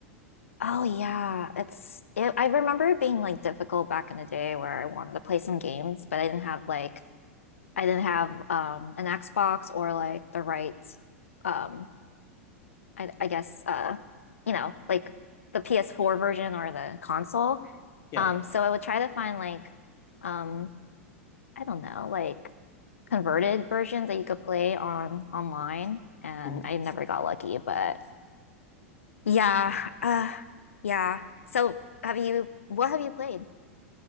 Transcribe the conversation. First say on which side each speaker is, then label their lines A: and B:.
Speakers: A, on the left; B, on the left.
A: Oh yeah, it's it, I remember it being like difficult back in the day where I wanted to play some games, but I didn't have like I didn't have um an Xbox or like the right um I, I guess uh you know like the PS4 version or the console.
B: Yeah.
A: Um so I would try to find like um I don't know, like converted versions that you could play on online and
B: hmm
A: I never got lucky, but yeah,
B: Yeah.
A: uh yeah. So have you what have you played?